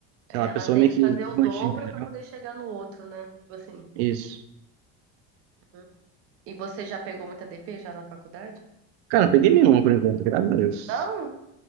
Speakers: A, on the right (about 80°); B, on the right (about 50°).
A: sei
B: É,
A: lá, a
B: ela
A: pessoa
B: tem
A: meio
B: que
A: que
B: fazer
A: desmotiva,
B: o dobro
A: entendeu?
B: pra poder chegar no outro, né? Tipo assim.
A: Isso.
B: Uhum. E você já pegou muita DP já na faculdade?
A: Cara, não peguei nenhuma por enquanto, graças a Deus.
B: Não?